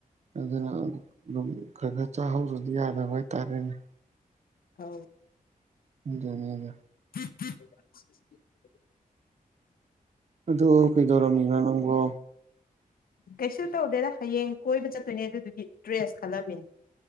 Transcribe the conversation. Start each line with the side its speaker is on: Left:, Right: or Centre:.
Right: ꯑꯗꯨꯅ ꯑꯗꯨꯝ ꯈꯔ ꯈꯔ ꯆꯥꯍꯧꯗ꯭ꯔꯗꯤ ꯌꯥꯗꯕ ꯍꯥꯏꯇꯥꯔꯦꯅꯦ
Left: ꯍ
Right: ꯖꯅꯤꯒ
Left: <unintelligible>
Right: ꯑꯗ ꯀꯩꯗꯧꯔꯝꯃꯤꯕ꯭ꯔꯥ ꯅꯪꯒꯣ
Left: ꯀꯩꯁꯨ ꯇꯧꯗꯦꯗ ꯍꯌꯦꯡ ꯀꯣꯏꯕ ꯆꯠꯇꯣꯏꯅꯦ ꯑꯗꯨꯗꯨꯒꯤ ꯗ꯭ꯔꯦꯁ ꯈꯜꯂꯝꯃꯤꯅꯦ